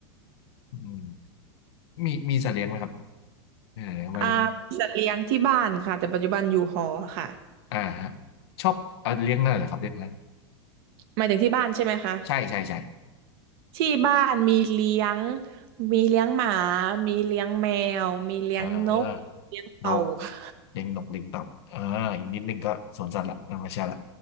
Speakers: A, on the left; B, on the right.
A: อืมมีมีสัตว์เลี้ยงไหมครับเออมาเลย
B: อ่ามีสัตว์เลี้ยงที่บ้านค่ะแต่ปัจจุบันอยู่หอค่ะ
A: อ่าฮะ ชอบเอ่อเลี้ยงอะไรเหรอครับเลี้ยงอะไร
B: หมายถึงที่บ้านใช่ไหมคะ
A: ใช่ใช่ใช่
B: ที่บ้านมีเลี้ยงมีเลี้ยงหมามีเลี้ยงแมวมีเลี้ยงนกเลี้ยงเต่าค่ะ
A: เออนกเลี้ยงนกเลี้ยงเต่าเอออีกนิดนึงก็สวนสัตว์ละธรรมชาติละ